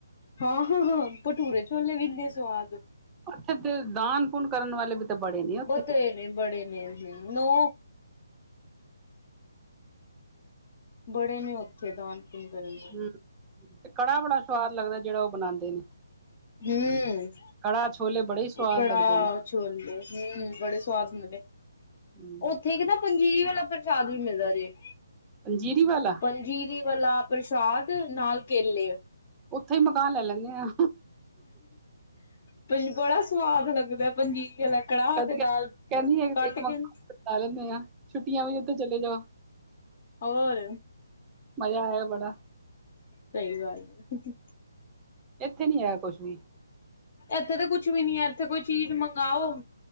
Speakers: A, on the left; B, on the right.
A: ਹਾਂ ਹਾਂ ਹਾਂ, ਭਟੂਰੇ-ਛੋਲੇ ਵੀ ਇਨੇ ਸਵਾਦ।
B: ਓਥੇ ਤੇ ਦਾਨ-ਪੂਨ ਕਰਨ ਵਾਲੇ ਵੀ ਤੇ ਬੜੇ ਨੇ ਓਥੇ।
A: ਤੇ ਨੇ ਬੜੇ ਨੇ, ਨੋ ਬੜੇ ਨੇ ਓਥੇ ਦਾਨ-ਪੂਨ ਕਰਨ ਵਾਲੇ।
B: ਹੂੰ ਤੇ ਕੜਾ ਬੜਾ ਸਵਾਦ ਲੱਗਦੈ ਜੇੜਾ ਓਹ ਬਣਾਦੇ ਨੇ।
A: ਹੂੰ
B: ਕੜਾ-ਛੋਲੇ ਬੜੇ ਈ ਸਵਾਦ
A: ਕੜਾਹ
B: ਲੱਗਦੇ ਨੇ।
A: ਛੋਲੇ ਹੂੰ, ਬੜੇ ਸਵਾਦ ਹੁੰਦੇ ਨੇ।
B: ਹੂੰ
A: ਓਥੇ ਇਕ ਨਾ ਪੰਜੀਰੀ ਵਾਲਾ ਪ੍ਰਸ਼ਾਦ ਵੀ ਮਿਲਦਾ ਜੇ।
B: ਪੰਜੀਰੀ ਵਾਲਾ?
A: ਪੰਜੀਰੀ ਵਾਲਾ ਪ੍ਰਸ਼ਾਦ ਨਾਲ ਕੇਲੇ।
B: ਉੱਥੇ ਈ ਮਕਾਨ ਲੱਲ ਲੈਣੇ ਆਂ।
A: ਪਈ ਬੜਾ ਸਵਾਦ ਲੱਗਦੈ ਪੰਜੀਰੀ ਆਲਾ ਕੜਾਹ
B: ਕਦੀ
A: ਤੇ
B: ਕ
A: ਨਾਲ
B: ਕਹਿੰਦੀ
A: ਕੱਟ
B: ਇੱਕ
A: ਕੇ
B: ਮਕਾਨ ਲਾ ਲੇਣੇ ਆਂ, ਛੁੱਟੀਆਂ ਵੀ ਓਥੋਂ ਚਲੇ ਜਾਓ।
A: ਔਰ।
B: ਮਜ਼ਾ ਆਇਐ ਬੜਾ।
A: ਸਹੀ ਗੱਲ ਏ।
B: ਏਥੇ ਨੀ ਹੈਗਾ ਕੁਛ ਵੀ।
A: ਏਥੇ ਤੇ ਕੁਛ ਵੀ ਨੀ ਐ, ਏਥੇ ਕੋਈ ਚੀਜ਼ ਮੰਗਾਓ-